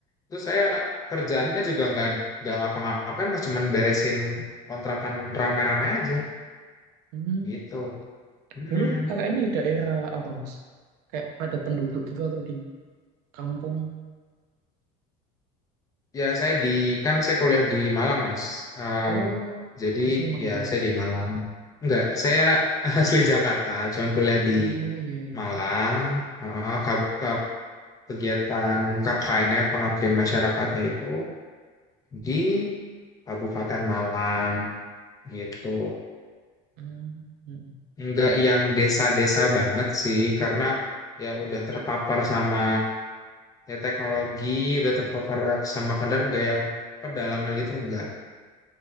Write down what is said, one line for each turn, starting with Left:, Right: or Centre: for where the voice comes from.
Left: Itu saya kerjaannya juga nggak nggak ngapa-ngapain mas cuman beresin kontrakan rame-rame aja
Right: Hmm,
Left: gitu. Mm-mm.
Right: dulu KKN di daerah apa mas? Kayak padat penduduk gitu atau di kampung?
Left: Ya, saya di kan saya kuliah di Malang, Mas. Em,
Right: Oh,
Left: jadi
Right: asli Malang.
Left: ya saya di Malang. Enggak, saya <laughs> asli Jakarta, cuman kuliah
Right: Oh
Left: di
Right: iya iya.
Left: Malang. Heeh, kab- kab- kegiatan KKN-nya pengabdian masyarakatnya itu di Kabupaten Malang gitu.
Right: Hmm, hmm, hmm.
Left: Enggak yang desa-desa banget sih, karena ya udah terpapar sama ya teknologi, udah terpapar sama kadar enggak yang pedalaman gitu enggak.